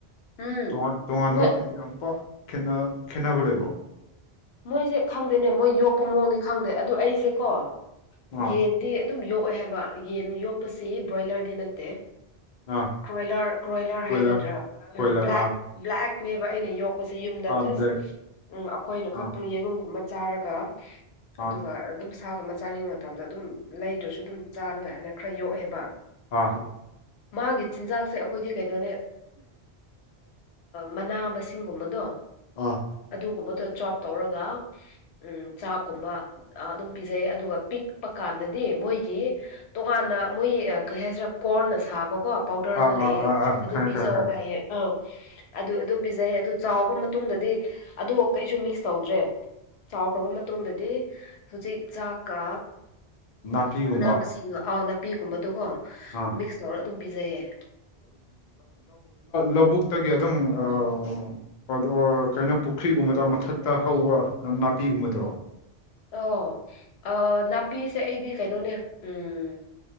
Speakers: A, on the left; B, on the left.
A: ꯎꯝ
B: ꯇꯣꯉꯥꯟ ꯇꯣꯉꯥꯟꯕ
A: ꯃꯣꯏ
B: ꯌꯥꯝ ꯄꯥꯛ ꯈꯦꯠꯅꯕ ꯂꯩꯕꯣ
A: ꯃꯣꯏꯁꯦ ꯈꯪꯗꯦꯅꯦ ꯃꯣꯏ ꯌꯣꯛꯄ ꯃꯑꯣꯡꯗꯤ ꯈꯪꯗꯦ ꯑꯗꯨꯗꯣ ꯑꯩꯁꯦꯀꯣ
B: ꯑꯥ
A: ꯌꯦꯟ ꯗꯤ ꯑꯗꯨꯝ ꯌꯣꯛꯑꯦ ꯍꯥꯏꯕ ꯌꯦꯟ ꯌꯣꯛꯄꯁꯤ ꯕ꯭ꯔꯣꯏꯂꯔꯗꯤ ꯅꯠꯇꯦ
B: ꯑꯥ
A: ꯀ꯭ꯔꯣꯏꯂꯔ ꯀ꯭ꯔꯣꯏꯂꯔ
B: ꯀꯣꯏꯂꯔ
A: ꯍꯥꯏꯒꯗ꯭ꯔꯥ
B: ꯀꯣꯏꯂꯔ
A: ꯕ꯭ꯂꯦꯛ
B: ꯑꯥ
A: ꯕ꯭ꯂꯦꯛꯅꯦꯕ ꯑꯩꯅ ꯌꯣꯛ ꯑꯣꯛꯄꯁꯦ ꯌꯨꯝꯗ
B: ꯑꯥ
A: ꯖꯁ
B: ꯕ꯭ꯂꯦꯛ
A: ꯎꯝ ꯑꯩꯈꯣꯏꯅ ꯈꯛꯇꯪ
B: ꯑꯥ
A: ꯌꯦꯔꯨꯝꯒꯨꯝꯕ ꯆꯥꯔꯒ ꯑꯗꯨꯒ
B: ꯑꯥ
A: ꯑꯗꯨꯝ ꯁꯥꯒꯨꯝꯕ ꯆꯥꯅꯤꯡꯕ ꯃꯇꯝꯗ ꯑꯗꯨꯝ ꯂꯩꯗ꯭ꯔꯁꯨ ꯑꯗꯨꯝ ꯆꯥꯅꯉꯥꯏꯅ ꯈꯔ ꯌꯣꯛꯑꯦꯕ
B: ꯑꯥ
A: ꯃꯥꯒꯤ ꯆꯤꯟꯖꯥꯛꯁꯦ ꯑꯩꯈꯣꯏꯗꯤ ꯀꯩꯅꯣꯅꯦ ꯃꯅꯥ ꯃꯁꯤꯡꯒꯨꯝꯕꯗꯣ
B: ꯑꯥ
A: ꯑꯗꯨꯒꯨꯝꯕꯗꯣ ꯖꯣꯞ ꯇꯧꯔꯒ ꯎꯝ ꯆꯥꯛꯀꯨꯝꯕ ꯑꯗꯨꯝ ꯄꯤꯖꯩ ꯑꯗꯨꯒ ꯄꯤꯛꯄ ꯀꯥꯟꯗꯗꯤ ꯃꯣꯏꯒꯤ ꯇꯣꯉꯥꯟꯅ ꯃꯣꯏ ꯀꯩ ꯍꯥꯏꯁꯤꯔꯥ ꯀꯣꯔꯅ ꯁꯥꯕꯀꯣ ꯄꯥꯎꯗꯔ
B: ꯑꯥ
A: ꯑꯃ ꯂꯩꯌꯦ
B: ꯑꯥ ꯑꯥ ꯑꯥ
A: ꯑꯗꯨ
B: ꯈꯪꯉꯦ
A: ꯄꯤꯖꯧ
B: ꯈꯪꯉꯦ ꯈꯪꯉꯦ
A: ꯍꯥꯏꯌꯦ ꯑꯧ ꯑꯗꯨ ꯑꯗꯨ ꯄꯤꯖꯩ ꯑꯗꯨ ꯆꯥꯎꯕ ꯃꯇꯨꯡꯗꯗꯤ ꯑꯗꯣ ꯀꯩꯁꯨ ꯃꯤꯛꯁ ꯇꯧꯗ꯭ꯔꯦ ꯆꯥꯎꯈ꯭ꯔꯕ ꯃꯇꯨꯡꯗꯗꯤ ꯍꯧꯖꯤꯛ ꯆꯥꯛꯀ
B: ꯅꯥꯄꯤꯒꯨꯝꯕ
A: ꯃꯅꯥ ꯃꯁꯤꯡꯗꯣ ꯑꯥꯎ ꯅꯥꯄꯤꯒꯨꯝꯕꯗꯨꯀꯣ
B: ꯑꯥ
A: ꯃꯤꯛꯁ ꯇꯧꯔꯒ ꯑꯗꯨꯝ ꯄꯤꯖꯩꯌꯦ
B: ꯂꯧꯕꯨꯛꯇꯒꯤ ꯑꯗꯨꯝ ꯑꯥ ꯑꯗꯣ ꯀꯩꯅꯣ ꯄꯨꯈ꯭ꯔꯤꯒꯨꯝꯕꯗ ꯃꯊꯛꯇ ꯍꯧꯕ ꯅꯥꯄꯤꯒꯨꯝꯕꯗꯣ
A: ꯑꯣ ꯑ ꯅꯥꯄꯤꯁꯦ ꯑꯩꯗꯤ ꯀꯩꯅꯣꯅꯦ ꯎꯝ